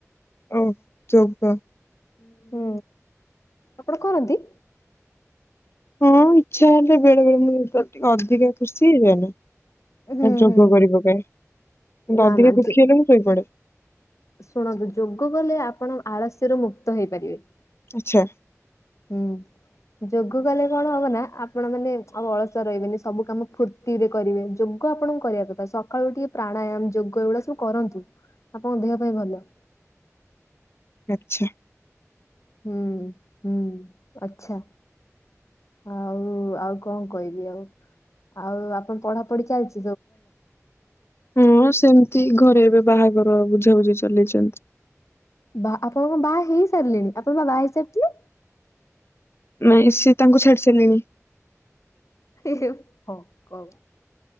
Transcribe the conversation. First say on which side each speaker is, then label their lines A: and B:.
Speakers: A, on the left; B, on the left.
A: ଓ ଯୋଗ
B: ହୁଁ ଆପଣ କରନ୍ତି?
A: ହଁ ଇଚ୍ଛା ହେଲେ ବେଳେ ବେଳେ ମୁ ଟିକେ ଅଧିକା ଖୁସି ହେଇଯାଏନା।
B: ହୁଁ
A: ଯୋଗ
B: ହୁଁ
A: କରିପକାଏ କିନ୍ତୁ
B: ନା
A: ଅଧିକା
B: ନା
A: ଦୁଃଖୀ
B: ଯେ
A: ହେଲେ ମୁଁ ଶୋଇପଡେ ।
B: ଶୁଣନ୍ତୁ ଯୋଗ କଲେ ଆପଣ ଆଳସ୍ୟର ମୁକ୍ତ ହେଇପାରିବେ ।
A: ଆଛା।
B: ହୁଁ ଯୋଗ କଲେ କଣ ହବ ନା? ଆପଣ ମାନେ ଆଉ ଅଳସୁଆ ରହିବେନି ସବୁ କାମ ଫୁର୍ତ୍ତି ରେ କରିବେ । ଯୋଗ ଆପଣ କରିବା କଥା ସକାଳୁ ଟିକେ ପ୍ରାଣ ପ୍ରାଣୟାମ ଯୋଗ ଏଗୁଡା ସବୁ କରନ୍ତୁ ଆପଣଙ୍କ ଦେହ ପାଇଁ ଭଲ ।
A: ଚ୍ଛେ।
B: ହୁଁ ହୁଁ ଆଛା। ଆଉ ଆଉ କଣ କହିବି ଆଉ ଆଉ ଆପଣ ପଢାପଢି ଚାଲିଚି?
A: ହଁ ସେମିତି ଘରେ ଏବେ ବାହାଘର ହ ବୁଝାବୁଝି ଚଲେଇଚନ୍ତି।
B: ବା ଆପଣଙ୍କ ବା ହେଇସାରିଲେଣି ଆପଣଙ୍କ ବା ବାହା ହେଇସାରିଥିଲେ।
A: ନାଇଁ ସିଏ ତାଙ୍କୁ ଛାଡି ଚାଲିଗଲେ।
B: ଏ ହଁ । କ